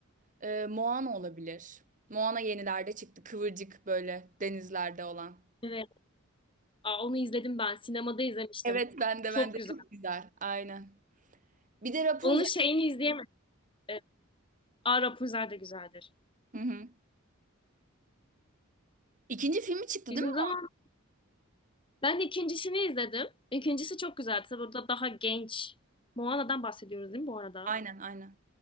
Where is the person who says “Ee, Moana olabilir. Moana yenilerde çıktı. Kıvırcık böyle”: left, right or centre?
Right